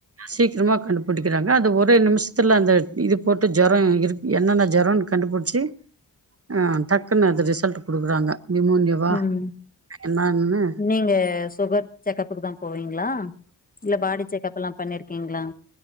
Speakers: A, on the right; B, on the left.
A: சீக்கிரமா கண்டுபிடிக்கிறாங்க அது ஒரே நிமிஷத்துல அந்த இது போட்டு ஜோரோ இரு என்னென்ன ஜோரோம்னு கண்டுபிடிச்சு ஆஹ டக்குன்னு அது ரிசல்ட் குடுக்குறாங்க நிமோனியாவா
B: ம்
A: என்னன்னு
B: நீங்க சுகர் செக்கப்புக்கு தா போவீங்களா இல்ல பாடி செக்கப் எல்லா பண்ணிருக்கீங்களா